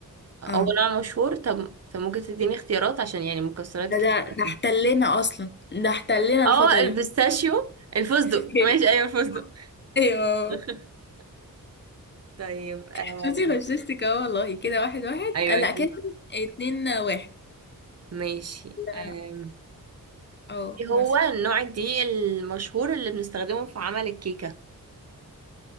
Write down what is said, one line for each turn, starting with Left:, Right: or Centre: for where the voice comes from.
Right: هو
Left: اه
Right: نوع مشهور طب طب ممكن تديني اختيارات عشان يعني مكسرات
Left: ده
Right: كتير
Left: ده ده احتلنا اصلا ده احتلنا
Right: اه
Left: الفترة
Right: البيستاشيو
Left: اللي
Right: الفستق
Left: فاتت <laughs>
Right: ماشي ايوه الفستق
Left: ايوه
Right: <laughs> طيب آه.
Left: شفتي غششتك اهو والله كده واحد واحد
Right: ايوه
Left: آه، لا كده اتنين واحد
Right: ماشي
Left: لا،
Right: أم،
Left: اه
Right: ايه هو
Left: مثلا
Right: النوع الدقيق المشهور اللي بنستخدمه في عمل الكيكة